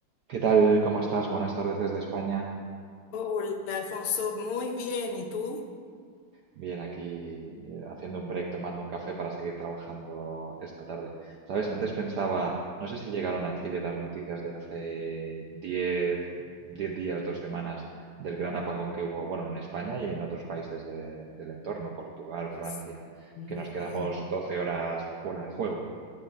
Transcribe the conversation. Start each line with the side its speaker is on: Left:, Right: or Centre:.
Right: ¿Qué tal? ¿Cómo estás? Buenas tardes desde España.
Left: Hola, Alfonso, muy bien. ¿Y tú?
Right: Bien, aquí eh, haciendo un break, tomando un café para seguir trabajando esta tarde. ¿Sabes? Antes pensaba, no sé si llegaron a Chile las noticias de hace 10 10 días, dos semanas, del gran apagón que hubo, bueno, en España y en otros países de- del entorno, Portugal,
Left: Es-
Right: Francia,
Left: Sí,
Right: que nos quedamos 12 horas fuera de juego.